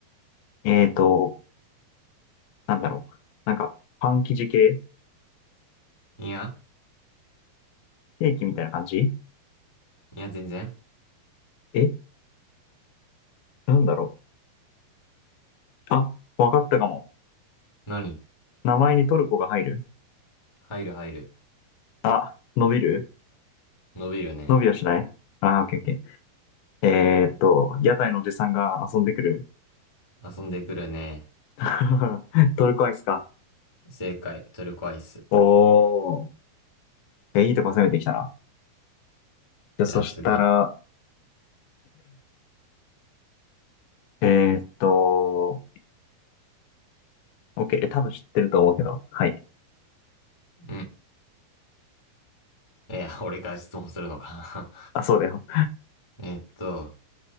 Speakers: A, on the left (about 80°); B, on the left (about 20°).
A: えーと、なんだろう。なんか、パン生地系
B: いや、
A: ケーキみたいな感じ
B: いや、全然。
A: え、なんだろう。あ、わかったかも。
B: 何
A: 名前にトルコが入る
B: 入る入る。
A: あ、伸びる
B: 伸びるね。
A: 伸びはしないあー、オッケーオッケー。えーっと、屋台のおじさんが遊んでくる。
B: 遊んでくるね。
A: <laughs> トルコアイスか。
B: 正解、トルコアイス。
A: おー。え、いいとこ攻めてきたな。じゃあ、
B: じゃあ次。
A: そしたら、えーっと、OK。え、多分知ってると思うけど。はい。
B: うん。いや、俺が質問するのか。
A: あ、そうだよ。
B: <laughs> えっと、